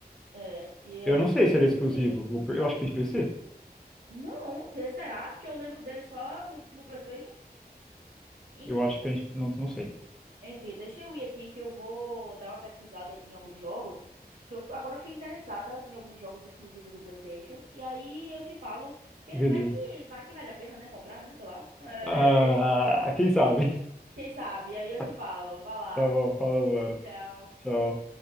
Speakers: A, on the right; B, in the centre.
A: É, e
B: Eu
A: aí
B: não sei
A: eu não
B: se
A: sei
B: ele é exclusivo.
A: se tem.
B: Vou per- Eu acho que tem de PC.
A: Não, te- será? Porque eu lembro dele só no, no PlayStation. Enfim.
B: Eu acho que tem de... Não, não sei.
A: Enfim, deixa eu ir aqui que eu vou dar uma pesquisada aqui em alguns jogos, que eu tô- agora fiquei interessada em alguns jogos exclusivos do PlayStation, e aí eu te falo, porque
B: Beleza.
A: vai que vai que vale a pena, né, comprar, né, sei lá. <laughs>
B: Ah,
A: É, e- e- e-
B: quem sabe?
A: Quem sabe? Aí eu
B: <laughs>
A: te falo. Vai lá.
B: Tá bom, falando, mano.
A: Tchau.
B: Tchau.